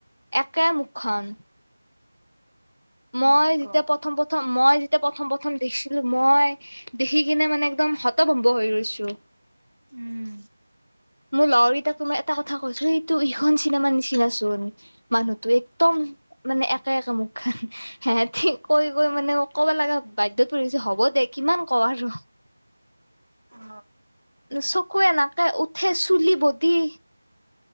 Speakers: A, on the left; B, on the right.
A: একে মুুখ খন।
B: কি
A: মই
B: ক
A: যেতিয়া প্ৰথম প্ৰথম, মই যেতিয়া প্ৰথম প্ৰথম দেখিছিলো, মই দেখি কিনে মানে একদম হতভম্ব হৈ ৰৈছো।
B: উম।
A: মোৰ লগৰকেইটাকো মই এটা কথা কৈছো এইটো ইখন চিনেমা নিচিনাচোন মানুহটো একদম মানে একে একে মুখ খন। সিহঁতি কৈ কৈ মানে কব লাগা বাধ্যত পৰিছে হ'ব দে কিমান কৱ আৰু।
B: অ
A: চকুৱে নাকে, উঠ চুলি বদি,